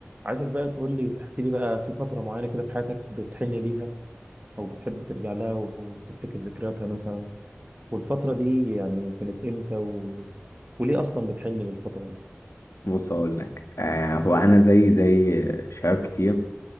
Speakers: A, on the right; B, on the left.
A: عايزك بقى تقول لي تحكي لي بقى في فترة معينة كده في حياتك بتحن ليها أو بتحب ترجع لها وتفتكر ذكرياتها مثلا والفترة دي يعني كانت إمتى و... وليه أصلا بتحن للفترة دي؟
B: بص هقول لك آه هو انا زي زي شباب كتير